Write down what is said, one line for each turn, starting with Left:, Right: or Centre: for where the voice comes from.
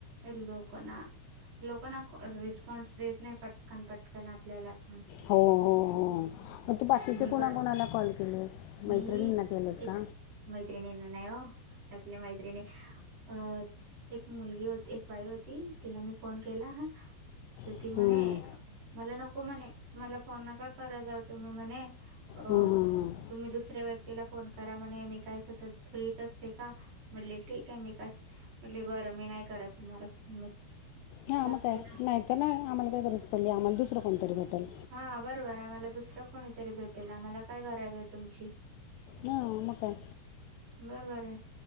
Right: लोक ना लोकांना रिस्पॉन्स देत नाही, पटकन पटकन आपल्याला. पण
Left: हो हो हो, म तू बाकीचे
Right: मी
Left: कुणा
Right: बर
Left: कुणाला कॉल केलेस?
Right: मी
Left: मैत्रिणींना केलेस
Right: एक
Left: का
Right: मैत्रिणींना नाही ओ, कसले मैत्रिणी अ एक मुलगी होती, एक बाई होती तिला मी फोन केला हा तर
Left: हं,
Right: ती म्हणे, मला नको म्हणे, मला फोन नका करत जाऊ तुम्ही म्हणे. अ
Left: हं, हं, हं.
Right: तुम्ही दुसऱ्या व्यक्तीला फोन करा म्हणे, मी काय सतत फ्रीच असते का? म्हटले ठीक आहे, मी कश- म्हटले बरं मी नाही करत तुम्हाला फोन मी
Left: हा
Right: जाऊ
Left: मग काय
Right: दे ना
Left: नाही तर ना, आम्हाला काय गरज पडली आम्हाला दुसरं कोणतरी भेटेल.
Right: हा, बरोबर आम्हाला दुसर कोणीतरी भेटेल आम्हाला काय गरज आहे तुमची.
Left: हा आ, मग काय?
Right: बरोबर आहे.